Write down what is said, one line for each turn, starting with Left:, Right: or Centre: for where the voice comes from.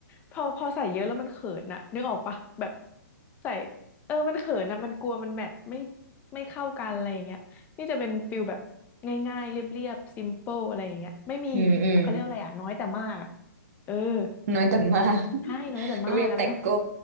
Left: พอพอใส่เยอะแล้วมันเขินอะนึกออกปะแบบใส่เออมันเขินอะมันกลัวมันแมทไม่ไม่เข้ากันอะไรอย่างเงี้ยนี่จะเป็นฟิลแบบง่ายๆเรียบๆซิมเปิลอะไรอย่างเงี้ยไม่มี
Right: อืมอืม
Left: เขาเรียกอะไรอะน้อยแต่มากอะ เออ
Right: น้อยแต่มาก
Left: แบบใช่น้อยแต่มากอะไรกัน
Right: เรียบแต่โก้
Left: <laughs>